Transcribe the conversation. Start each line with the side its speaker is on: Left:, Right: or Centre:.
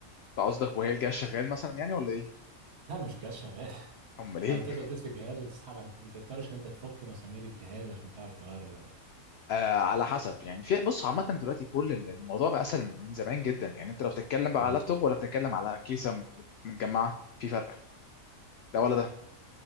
Left: انت قصدك وهي الجهاز شغال مثلا يعني ولا ايه
Right: لا أنا مش جهاز شغال <laughs>
Left: امال ايه
Right: يعني تقدر تطفي الجهاز وتسحبها ما ما تضطرش إن أنت تفك مسامير الجهاز عشان تعرف تغير الرامات
Left: آه على حسب يعني في بص عامة دلوقتي كل ال- الموضوع بقى أسهل من زمان جدا يعني أنت لو بتتكلم بقى
Right: امم
Left: على لابتوب ولا بتتكلم على كيسة م- متجمعة في فرق ده ولا ده